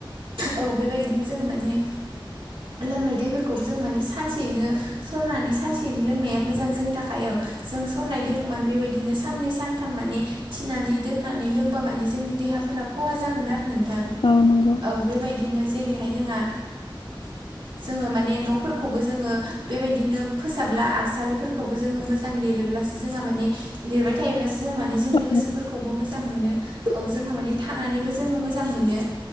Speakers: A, on the right (about 75°); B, on the left (about 65°).
A: औ बेबायदिनो जोङो माने लोंनाय दैफोरखौबो जों माने सानसेयैनो सरनानै सानसेयैनो लोंनाया मोजां जोंनि थाखाय औ जों सरनाय दैखौ माने बेबायदिनो साननै सानथाम माने थिनानै दोननानै लोंबा माने जोंनि देहा फोरा खहा जागोन आरो नोंथां
B: औ नंगौ
A: औ बेबायदिनो जेरैहाय जोंहा जोङो माने न'फोरखौबो जोङो बेबायदिनो फोसाबला आगसालिफोरखौबो जोङो मोजां मोजां लिरोब्लासो जोंआ माने लिरनाय थायोब्लासो जों मा ने जोंनि
B: औ
A: गोसोफोरखौबो मोजां मोनो औ जोंहा माने थानानैबो जोङो मोजां मोनो